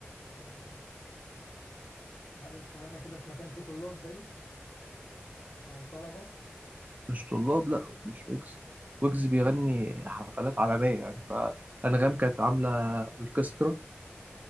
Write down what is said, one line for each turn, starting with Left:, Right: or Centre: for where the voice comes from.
Left: في ال مش عارف غنى كده في مكان في طلاب باين او طلبه
Right: مش طلاب لأ مش ويجز ويجز بيغني حفلات عالمية يعني فأنغام كانت عاملة أوركسترا